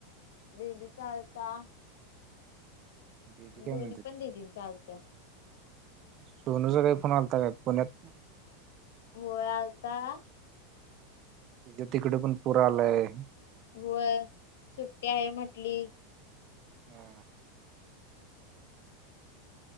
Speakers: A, on the left; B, on the right.
A: दिदी चा आलता.
B: दिदी काय
A: दोन्ही
B: म्हणते?
A: पण दीदी चा आलतं.
B: सोनूचा काही फोनता का पुण्यात?
A: होय आवता.
B: तिच्या तिकडे पण पुर आलाय.
A: वय सुट्टी आहे म्हटली.
B: हम्म.